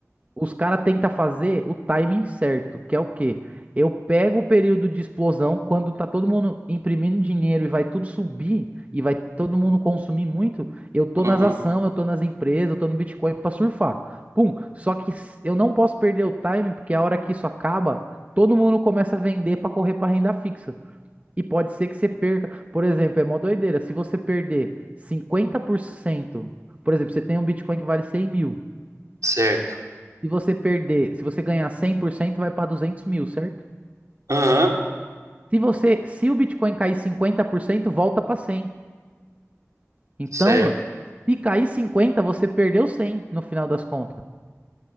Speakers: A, on the right; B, on the right.
A: Os caras tentam fazer o timing certo, que é o quê? Eu pego o período de explosão quando tá todo mundo imprimindo dinheiro e vai tudo subir e vai todo mundo consumir muito. Eu tô
B: Uhum.
A: nas ações, eu tô nas empresas, eu tô no Bitcoin pra surfar. Pum. Só que s- eu não posso perder o timing, porque a hora que isso acaba, todo mundo começa a vender pra correr pra renda fixa. E pode ser que você perca. Por exemplo, é mó doideira. Se você perder 50%, por cento, por exemplo, você tem um Bitcoin que vale 100 mil.
B: Certo.
A: Se você perder, se você ganhar 100% vai para 200 mil, certo?
B: Aham.
A: Se você, se o Bitcoin cair 50% volta para cem Então,
B: Certo.
A: se cair 50, você perdeu 100 no final das contas.